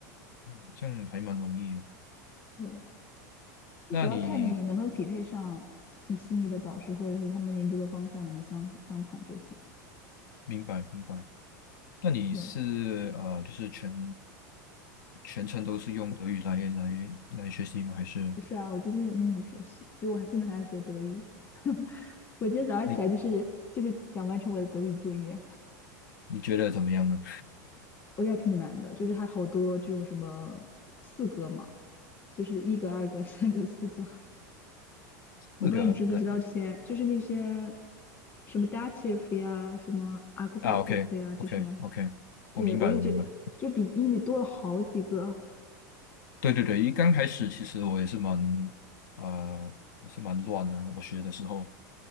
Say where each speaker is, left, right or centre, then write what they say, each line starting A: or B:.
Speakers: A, on the left; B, on the left.
A: 好像还蛮容易的。
B: 对，就只要看你能不能匹配上你心仪的导师，
A: 那你
B: 或者是他们研究的方向能不能相相同就行。
A: 明白明白。那你是呃，
B: 对，
A: 就是全全程都是用德语来来来学习吗？还是
B: 不是啊，我就就是英语学习，所以我还现在还在学德语。<laughs> 我今天早上起来就是就是想完成我的德语作业。
A: 你你觉得怎么样呢？
B: 我觉得还挺难的，就是还好多这种什么四格嘛，就是一格、二格、<laughs> 三格、四格，我不知道你知不知道这些，
A: 四个那
B: 就是那些什么 dative 呀、什么 accusative
A: 啊，OK
B: 呀这些，
A: OK OK，
B: 对我就觉得就比英语多了好几个，
A: 我明白我明白。对对对，一刚开始其实我也是蛮呃也是蛮乱的，我学的时候，